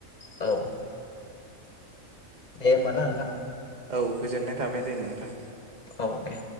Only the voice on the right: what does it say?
औ गोजोननाय थाबाय दे नोंथां।